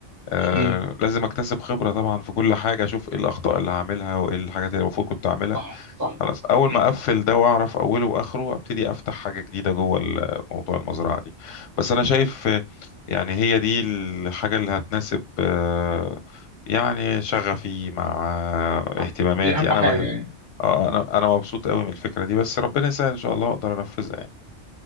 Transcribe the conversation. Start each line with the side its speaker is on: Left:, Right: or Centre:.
Left: آه
Right: امم
Left: لازم اكتسب خبرة طبعا في كل حاجة اشوف ايه الاخطاء اللي هعملها وايه الحاجات اللي المفروض كنت اعملها
Right: صح صح
Left: خلاص اول
Right: امم
Left: ما اقفل ده واعرف اوله واخره ابتدي افتح حاجة جديدة جوه ال- موضوع المزرعة دي بس انا شايف آه، يعني هي دي الحاجة اللي هتناسب آه، يعني شغفي مع آه،
Right: صح
Left: اهتماماتي
Right: دي اهم
Left: انا
Right: حاجه
Left: بحب
Right: يعني
Left: آه، انا انا مبسوط قوي من الفكرة دي بس ربنا يسهل ان شاء الله اقدر انفذها يعني